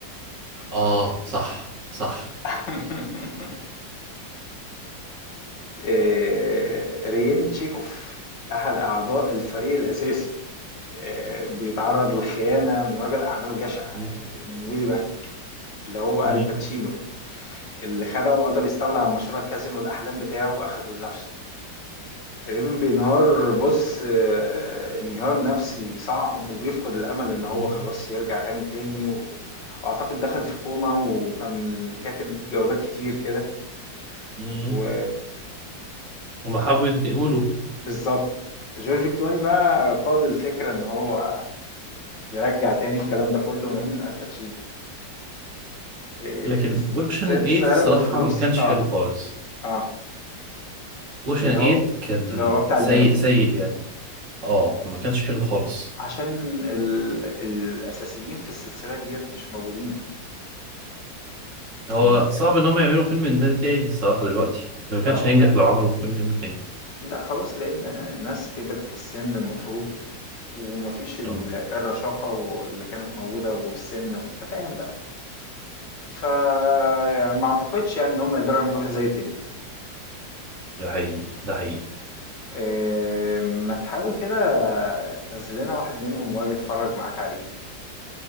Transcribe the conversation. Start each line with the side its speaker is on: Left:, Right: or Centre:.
Right: اه صح صح
Left: <laughs> آه، ريين تشيكوف أحد أعضاء الفريق الأساسي آه، بيتعرض للخيانة من رجل أعمال جشع آه،
Right: م-
Left: من ويلي بانك اللي هو
Right: م-
Left: الباتشينو اللي خدعه وقدر يستولى على مشروع كازينو الأحلام بتاعه وأخده لنفسه ريبن بينهار بص آه، انهيار نفسي صعب وبيفقد الأمل إن هو
Right: م-
Left: خلاص يرجع غني تاني و... وأعتقد دخل في كوما وكان كاتب جوابات كتير كده
Right: م-
Left: و
Right: هما حبوا ينتقموا له
Left: بالظبط جورج كلوني بقى قاد الفكرة ان هو يرجع تاني الكلام ده كله من الباتشينو إيه،
Right: لكن اوشن
Left: س-
Right: 8
Left: سرقوا
Right: الصراحه
Left: الفلوس
Right: ما كانش
Left: اه
Right: حلو خالص
Left: اه
Right: اوشن
Left: اللي
Right: 8
Left: هو
Right: كان
Left: اللي هو بتاع البنات
Right: سيء سيء يعني اه ما كانش حلو خالص
Left: عشان ال... الاساسيين في السلسلة ديت مش موجودين
Right: هو
Left: ال...
Right: صعب ان هم يعملوا فيلم من ده تاني الصراحه دلوقتي ما كانش
Left: اه
Right: هينجح لو عملوا فيلم منه تاني
Left: لا خلاص لقينا ناس كبرت في السن المفروض ومفيش ال-
Right: اه
Left: الرشاقة اللي كانت موجودة والسن انت فاهم بقى فما اعتقدش يعني ان هم يقدروا يعملوا واحد زيه تاني
Right: ده حقيقي ده حقيقي
Left: آه، ما تحاول كده تنزل لنا واحد منهم واجي اتفرج معاك عليه